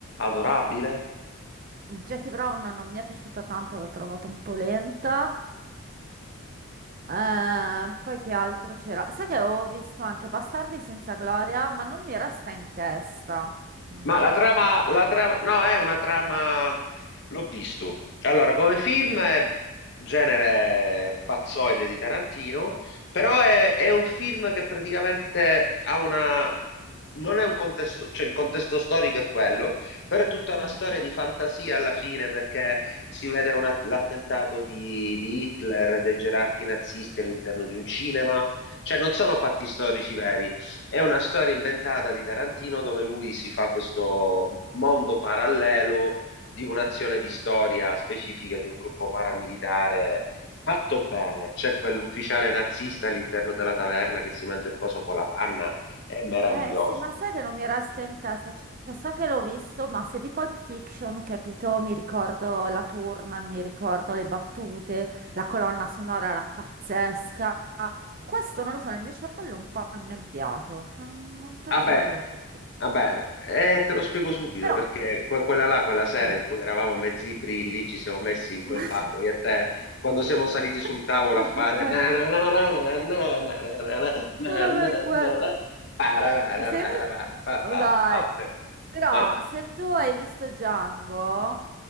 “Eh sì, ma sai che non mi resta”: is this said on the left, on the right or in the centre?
Right